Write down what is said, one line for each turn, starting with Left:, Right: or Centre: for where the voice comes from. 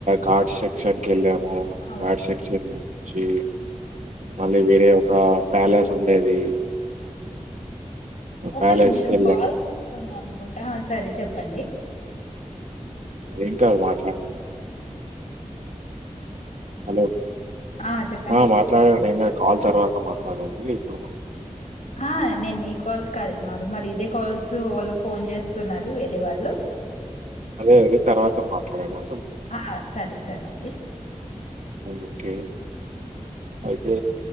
Right: ఘాట్ సెక్షన్ కేళ్లాం మో
Left: అవును
Right: ఘాట్ సెక్షన్ చి మళ్ళీ వేరే ఒక ప్యాలెస్ ఉండేది
Left: ఒక్క
Right: ప్యాలెస్
Left: నిమిషం
Right: కి వెళ్ళాం
Left: కాల్స్ వస్తున్నాయను అనుకుంటా హ సరే చెప్పండి
Right: ఏం కాదు మాట్లాడు హలో
Left: ఆ చెప్పండి
Right: ఆ మాట్లాడనును కాల్ తర్వాత మాట్డ ఇ ఇప్పుడు <inaudible>
Left: ఆ నేను నీ కాల్స్ కాద నార్మల్ ఇదే కాల్స్ వాళ్ళు ఫోన్ చేస్తున్నారు వేరే వాళ్ళు
Right: అదే ఎరి తర్వాత మాట్లాడడా
Left: ఆ సరే సరే అండి
Right: ఓకే అయితే